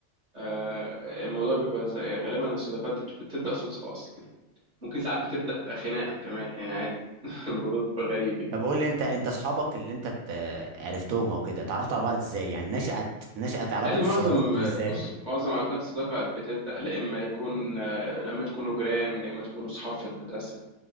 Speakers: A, on the right; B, on the right.
A: آه الموضوع بيبقى زي... غالبا الصداقات دي بتبقى- بتبدأ صدفة اصلا يعني. ممكن ساعات بتبدأ خناقة كمان يعني عادي <laughs> الموضوع بيبقى غريب يعني
B: طب قول لي انت انت اصحابك اللي انت ت- عرفتهم او كده اتعرفتوا على بعض ازاي يعني نشأت نشأت علاقة
A: تالي معظم
B: صداقتكم
A: آه،
B: ازاي
A: بص معظم علاقات الصداقة بتبدأ لا إما يكون آه، لما تكونوا جيران لا إما تكونوا صحاب في المدرسة